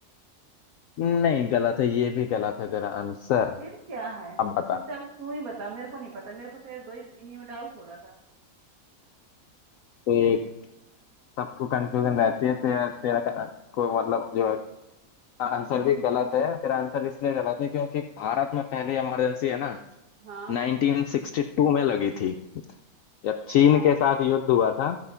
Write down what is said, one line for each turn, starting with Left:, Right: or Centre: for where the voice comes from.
Left: नहीं गलत है ये भी गलत है तेरा आंसर
Right: फिर क्या है
Left: अब बता
Right: फिर से अब तू ही बता मेरे को नहीं पता मेरे को तो यार दो ही इन्हीं में डाउट हो रहा था
Left: एक सबको कंफ्यूजन रहती है तेरा तेरा का- को मतलब जो है आंसर भी गलत है तेरा आंसर इसलिए गलत है क्योंकि भारत में पहली इमरजेंसी है ना
Right: हाँ
Left: 1962 में लगी थी जब
Right: अच्छा
Left: चीन
Right: नाइन
Left: के साथ युद्ध हुआ था